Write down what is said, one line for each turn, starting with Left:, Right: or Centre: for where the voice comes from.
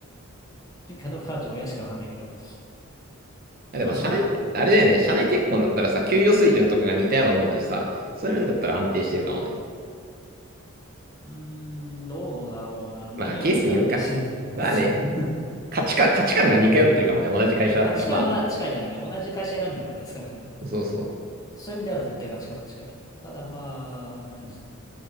Left: 悪いかどうかはちょっと親しかわかんないけど。
Right: やでも、
Left: あ、そうね。
Right: 社内、
Left: あの、
Right: あれだよね。社内結婚だったらさ、
Left: うん。
Right: 給与水準とかが似たようなもんだしさ、そういう面だったら安定してるかもね。
Left: うーん、どうだろうな。何をもって安定してるっていう。
Right: まあ、ケースによるか。まあね、価値観、価値観が似通ってるかもね、
Left: <laughs> 微妙な。
Right: 同じ会社だったら。
Left: まあ、価値観は近いだろうね。
Right: まあ、
Left: 同じ会社選んでるからね、少なくともね。
Right: そうそ
Left: そういう意味では絶対価値観は近い。ただまあ、う